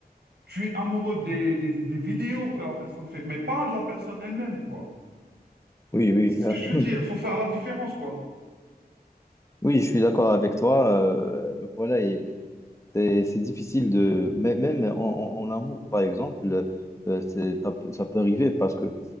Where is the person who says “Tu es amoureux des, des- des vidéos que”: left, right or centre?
Right